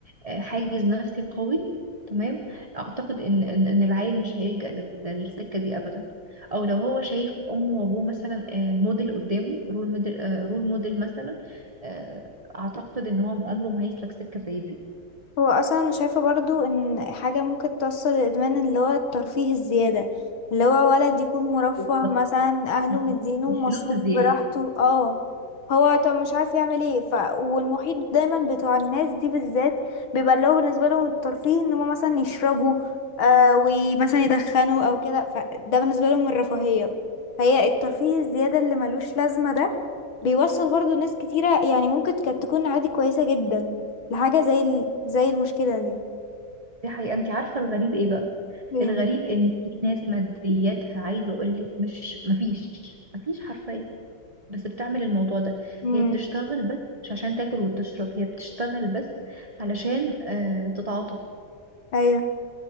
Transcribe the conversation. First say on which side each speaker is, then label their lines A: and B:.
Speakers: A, on the right (about 20°); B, on the left (about 75°).
A: آه، حاجز نفسي قوي تمام اعتقد ان ان إن العيل مش هيلجأ لل- للسكة دي ابدا او لو هو شايف امه وابوه مثلا آه، موديل قدامه رول موديل آه، رول موديل مثلا آه، اعتقد ان هو عمره ما هيسلك سكة زي دي
B: هو اصلا شايفه برضو ان حاجه ممكن توصل للادمان اللي هو الترفيه الزياده اللي هو ولد يكون مرفه
A: بالظبط
B: مثلا اهله
A: م- م.
B: مدينه
A: الفلوس
B: مصروف
A: الزيادة
B: براحته اه هو طب مش عارف يعمل ايه ف... والمحيط دايما بتوع الناس دي بالذات بيبقى اللي هو بالنسبه لهم الترفيه ان هم مثلا يشربوا آه ومثلا يدخنوا او كده فده بالنسبه لهم الرفاهيه فهي الترفيه الزياده اللي ملوش لازمه ده بيوصل برضو ناس كتيره يعني ممكن كانت تكون عادي كويسه جدا لحاجه زي ال... زي المشكله دي
A: دي حقيقة انت عارفة الغريب ايه بقى
B: ايه
A: الغريب ان في ناس مادياتها عايزة اقولك مش مفيش مفيش حرفيا بس بتعمل الموضوع ده
B: امم
A: هي بتشتغل بس مش عشان تاكل وتشرب هي بتشتغل بس علشان آه تتعاطف
B: ايوه